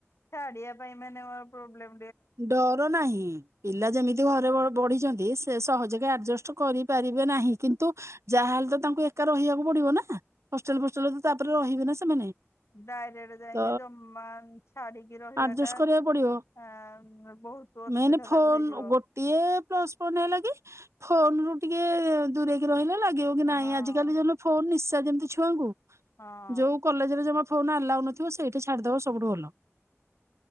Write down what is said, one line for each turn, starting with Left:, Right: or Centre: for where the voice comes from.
Left: ଛାଡିବା ପାଇଁ ମାନେ ପ୍ରୋବଲେମ୍
Right: ଡର ନାହିଁ। ପିଲା ଯେମିତି ଘରେ ବଢିଛନ୍ତି ସେ ସହଜକେ ଆଡଜଷ୍ଟ କରିପାରିବେ ନାହିଁ। କିନ୍ତୁ ଯାହାହେଲେ ତ ତାଙ୍କୁ ଏକା ରହିବାକୁ ପଡିବନା। ହଷ୍ଟେଲ ଫୋଷ୍ଟେଲରେ ତ ତାପରେ ରହିବେ ନା ସେମାନେ।
Left: ଡାଇରେକ୍ଟ ଯାଇକି
Right: ତ
Left: ଜମା ଛାଡିକି ରହିବା
Right: ଆଡଜଷ୍ଟ
Left: ଟା ଆ
Right: କରିବାକୁ <inaudible>
Left: ବହୁତ ଅସୁବିଧା
Right: ମେନ୍ ଫୋନ୍
Left: ତାକୁ ହେଇଯିବ
Right: ଗୋଟିଏ ପ୍ଲସ ପଇଣ୍ଟ ହେଲା କି ଫୋନ୍ ରୁ ଟିକେ ଦୂରେଇକି ରହିଲେ ଲାଗିବ କି
Left: ହଁ
Right: ନାଇଁ ଆଜିକାଲି ଯୋଉ ଫୋନ୍ ନିଶା ନିଶା ଯେମିତି ଛୁଆଁ ଙ୍କୁ
Left: ହଁ
Right: ଯୋଉ କଲେଜରେ ଜମା ଫୋନ୍ ଅଲାଉ ନଥିବ ସେଇଠି ଛାଡିଦବ ସବୁଠୁ ଭଲ। <inaudible>